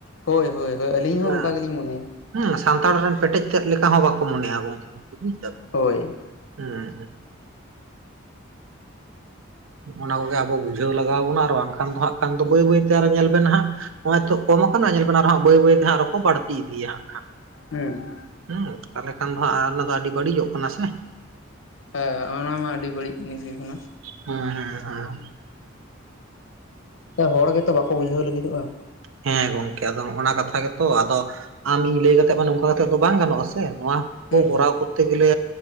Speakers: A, on the left; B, on the right.
A: ᱦᱳᱭ ᱦᱳᱭ ᱦᱳᱭ ᱟᱹᱞᱤᱧ ᱦᱚᱸ
B: <unintelligible>
A: ᱚᱱᱠᱟ ᱜᱮᱞᱤᱧ ᱢᱚᱱᱮᱭᱟ
B: ᱦᱮᱸ ᱥᱟᱱᱛᱟᱲ ᱨᱮᱱ ᱯᱮᱴᱮᱡ ᱛᱮᱫ ᱞᱮᱠᱟ ᱦᱚᱸ ᱵᱟᱠᱚ ᱢᱚᱱᱮᱜᱼᱟ ᱜᱚᱝᱠᱮ ᱩᱱᱠᱩ ᱵᱩᱡᱫᱟᱵᱮ
A: ᱦᱳᱭ
B: ᱦᱩᱸ ᱚᱱᱟ ᱠᱚᱜᱮ ᱟᱵᱚ ᱵᱩᱡᱷᱟᱹᱣ ᱞᱟᱜᱟᱣ ᱵᱚᱱᱟ ᱟᱨ ᱵᱟᱝᱠᱷᱟᱱ ᱫᱚ ᱦᱟᱜ ᱠᱷᱟᱱ ᱫᱚ ᱵᱟᱹᱭ ᱵᱟᱹᱭ ᱛᱮ ᱟᱨᱦᱚᱸ ᱧᱮᱞ ᱵᱮᱱ ᱦᱟᱸᱜ ᱱᱚᱜᱼᱚᱭ ᱛᱚ ᱠᱚᱢ ᱟᱠᱟᱱᱟ ᱧᱮᱞ ᱵᱟᱹᱲᱟ ᱨᱮᱦᱚᱸ ᱵᱟᱹᱭ ᱵᱟᱹᱭ ᱛᱮ ᱦᱟᱜᱸ ᱟᱨᱚ ᱠᱚ ᱵᱟᱹᱲᱛᱤ ᱤᱫᱤᱭᱟ ᱦᱟᱜᱠᱷᱟᱱ
A: ᱦᱩᱸ
B: ᱦᱩᱸ ᱛᱟᱦᱚᱞᱮ ᱠᱷᱟᱱ ᱫᱚ ᱦᱟᱜ ᱚᱱᱟ ᱫᱚ ᱟᱹᱰᱤ ᱵᱟᱹᱲᱤᱡᱚᱜ ᱠᱟᱱᱟ ᱥᱮ
A: ᱦᱮᱸ ᱚᱱᱟ ᱢᱟ ᱟᱹᱰᱤ ᱵᱟᱹᱲᱤᱡ ᱡᱤᱱᱤᱥ ᱜᱤ ᱠᱟᱱᱟ
B: ᱦᱩᱸ ᱦᱮᱸ ᱦᱮᱸ
A: ᱦᱚᱲ ᱜᱮᱛᱚ ᱵᱟᱠᱚ ᱵᱩᱡᱷᱟᱹᱣ ᱞᱟᱹᱜᱤᱫᱚᱜᱼᱟ
B: ᱦᱮᱸ ᱜᱚᱝᱠᱮ ᱟᱫᱚ ᱚᱱᱟ ᱠᱟᱛᱷᱟ ᱜᱮᱛᱚ ᱟᱫᱚ ᱟᱢ ᱤᱧ ᱞᱟᱹᱭ ᱠᱟᱛᱮ ᱢᱟ ᱱᱚᱝᱠᱟ ᱠᱟᱛᱮᱜ ᱫᱚ ᱵᱟᱝ ᱜᱟᱱᱚᱜᱼᱟ ᱥᱮ ᱱᱚᱣᱟ ᱠᱚ
A: ᱦᱩᱸ
B: ᱠᱚᱨᱟᱣ
A: ᱦᱩᱸ
B: ᱠᱚᱛᱮ ᱜᱮᱞᱮ